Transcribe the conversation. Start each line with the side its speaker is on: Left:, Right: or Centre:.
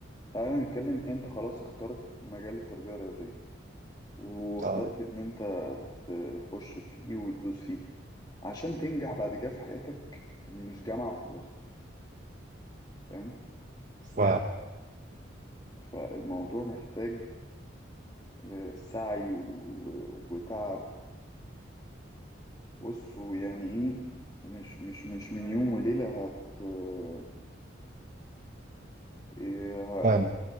Left: تعالى نتكلم انت خلاص اخترت مجال التربية الرياضية واخترت
Right: طيب،
Left: ان انت تخش فيه وتدوس فيه عشان تنجح بعد كده في حياتك مش جامعة وخلاص فاهم
Right: ف
Left: فالموضوع محتاج آه، سعي و- وتعب وبص ويعني ايه مش مش مش من يوم وليلة هت آه، إيه ه-
Right: فاهم